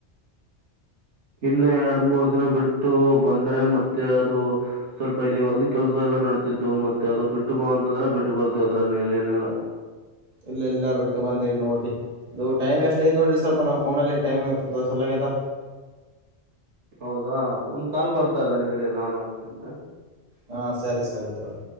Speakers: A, on the right (about 85°); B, on the right (about 35°).
A: ಇನ್ನು ಎರಡ್ ಮೂರ್ ದಿನ ಬಿಟ್ಟು ಬಂದ್ರೆ ಮತ್ತೆ ಅದು ಸ್ವಲ್ಪ ಇಲ್ಲಿ ಹೊಲ್ದ ಕೆಲ್ಸ ಎಲ್ಲ ನಡ್ತಿದ್ದು ಮತ್ತೆ ಅದು ಬಿಟ್ಟು ಬ ಅಂತಂದ್ರೆ ಬಿಟ್ಟು ಬರ್ತವಿ ಅದ್ರೆಲ್ಲ ನೆಲ್ಲ
B: ಇಲ್ಲ ಎಲ್ಲಾ ಬಿಟ್ಟು ಬಂದಿರಿ ನೋಡಿ ಅದು ಟೈಮ್ ಎಷ್ಟ ಐ್ ನೋಡ್ರಿ ಸ್ವಲ್ಪ ನಾವು ಫೋನಲ್ಲಿ ಟೈಮ್ ತೋರ್ಸಲಾಗ್ಯದ
A: ಹೌದಾ ಒಂದ್ ಕಾಲ್ ಬರ್ತಾ ಇದ್ದೇನೆಿದ್ರೆ ನಾನು ಅಷ್ಟೆ ಅಂತ
B: ಹಾ ಸರಿ ಸರಿ ತರಿ